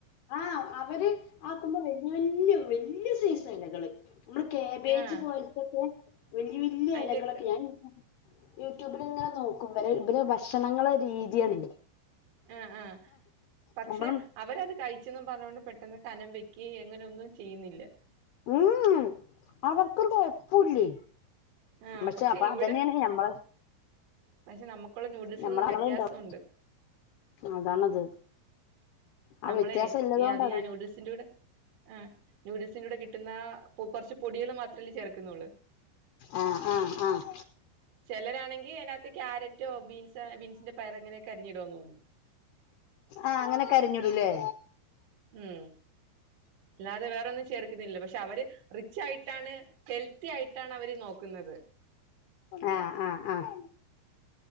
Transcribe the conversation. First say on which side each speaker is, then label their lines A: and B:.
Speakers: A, on the left; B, on the right.
A: ആഹ അവര് ആകുമ്മ വല്ല്യാ വല്ല്യ സൈസ് എലകള് നമ്മള് കേബേജ്
B: ആഹ്
A: പോല്തൊക്കെ വല്യ വല്ല്യെ
B: അയിന്റെക്കെ
A: എലകളൊക്കെ ഞാൻ യൂട്യൂബ് ല്ങ്ങനെ നോക്കും ഇവര് ഇവരെ ഭക്ഷണങ്ങളൊരു രീത്യാണെ
B: ആ ആ പക്ഷെ
A: നമ്മളും
B: അവരത് കൈ ച്ച്ന്നും പറഞ്ഞോണ്ട് പെട്ടെന്ന് കനം വെക്കേ അങ്ങനൊന്നും ചെയ്യുന്നില്ല
A: ഉം മ് അവർക്കൊറു കൊയപ്പൂല്ലേ
B: ആഹ്
A: പക്ഷെ അപ്പൊ
B: ഇവിടെ
A: അതന്നെയാണ് ഞമ്മള്
B: പക്ഷെ നമുക്കുള്ള നൂഡിൽസിന്
A: നമ്മളള
B: വ്യത്യാസമുണ്ട്
A: ഇണ്ടാവ അതാണത് ആ
B: നമ്മളെ
A: വ്യത്യാസം ഇല്ലത്
B: ഈ
A: കൊണ്ടാണ്
B: അത് ഞാൻ നൂഡിൽസിന്റെ കൂടെ ആ് നൂഡിൽസിന്റെ കൂടെ കിട്ട കിട്ടുന്ന കൊർച് പൊടികളും മാത്രല്ലേ ചേർക്ക്ന്നൊള്ള്
A: ആ ആഹ് ആഹ് ആഹ്
B: ചെലരാണെ നീ അയ്‌നാത്ത് ക്യാരറ്റോ ബീൻസ് ബീൻസിന്റെ പയർഅങ്ങനൊക്കെ അരിഞ്ഞിടോന്ന്
A: ആഹ് അങ്ങനെ അരിഞ്ഞിടുംമില്ലേ
B: ഉം അല്ലാതെ വേറൊന്നും ചേർക്കുന്നില്ല പക്ഷെ അവര് റിച്ച് ആയിട്ടാണ് ഹെൽത്തി ആയിട്ടാണ് അവര് നോക്കുന്നത്.
A: ആഹ ആ് ആഹ